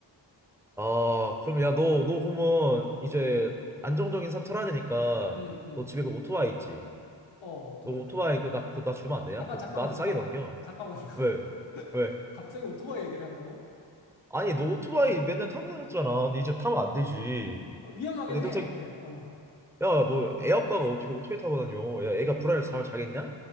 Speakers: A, in the centre; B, on the left (about 90°).
A: 아, 그럼
B: 음,
A: 야, 너, 너 그러면
B: 음,
A: 이제 안정적인 삶 살아야 되니까
B: 음, 음.
A: 너 집에 그 오토바이 있지?
B: 어, 오토바이
A: 너 오토바이
B: 왜?
A: 그 나, 그나 주면 안 되냐?
B: 잠깐,
A: 그거
B: 잠깐만,
A: 좀 나한테
B: 잠깐만.
A: 싸게 넘겨.
B: 잠깐만, <laughs> 잠깐만.
A: 왜? 왜?
B: 갑자기 오토바이 얘기를 한다고?
A: 아니, 너 오토바이 맨날 타고 다녔잖아. 근데 이제 타면 안 되지.
B: 어, 위험하긴
A: 어, 내
B: 해.
A: 동생,
B: 그래. 어.
A: 야, 너 애 아빠가 어떻게 오토바이 타고 다녀? 야, 애가 불안해서 잠을 자겠냐?